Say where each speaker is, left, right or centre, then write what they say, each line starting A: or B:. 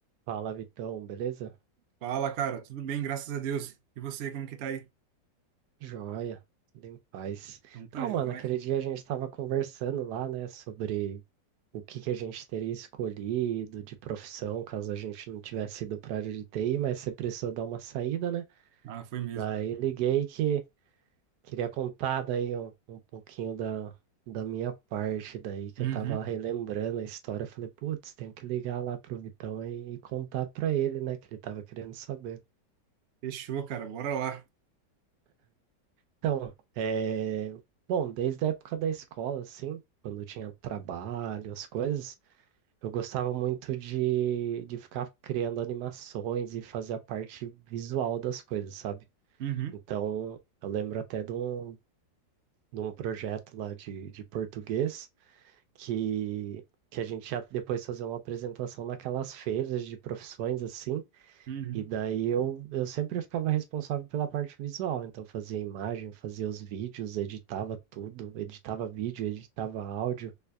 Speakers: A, on the right; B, on the right.
A: Fala, Vitão, beleza?
B: Fala, cara, tudo bem, graças a Deus. E você, como que tá aí?
A: Joia, tudo em paz.
B: Não tá
A: Então,
B: joia.
A: mano, aquele dia a gente estava conversando lá, né, sobre o que que a gente teria escolhido de profissão caso a gente não tivesse ido para a área de TI, mas você precisou dar uma saída, né?
B: Ah, foi mesmo.
A: Daí liguei que queria contar daí um, um pouquinho da, da minha parte, daí que
B: Uhum.
A: eu tava relembrando a história. Eu Falei, putz, tenho que ligar lá pro Vitão e, e contar pra ele, né, que ele tava querendo saber.
B: Fechou, cara, bora lá.
A: Então, é... bom, desde a época da escola, assim, quando tinha trabalho, as coisas, eu gostava muito de, de ficar criando animações e fazer a parte visual das coisas, sabe?
B: Uhum,
A: Então, eu lembro até de um, de um projeto lá de, de português que, que a gente ia depois fazer uma apresentação naquelas feiras de profissões, assim,
B: uhum,
A: e daí eu, eu sempre ficava responsável pela parte visual, então fazia imagem, fazia os vídeos, editava tudo, editava vídeo, editava áudio,